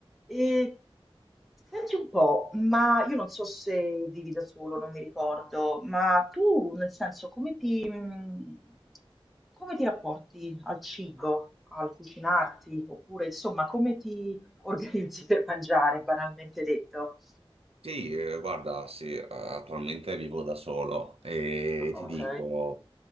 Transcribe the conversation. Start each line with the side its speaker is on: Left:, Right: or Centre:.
Centre: E senti un po', ma io non so se vivi da solo, non mi ricordo, ma tu nel senso come ti, mh, come ti rapporti al cibo, al cucinarti, oppure insomma come ti <laughs> organizzi per mangiare, banalmente detto?
Right: Sì, eh, guarda, sì, eh, attualmente vivo da solo e
Centre: Ok.
Right: ti dico,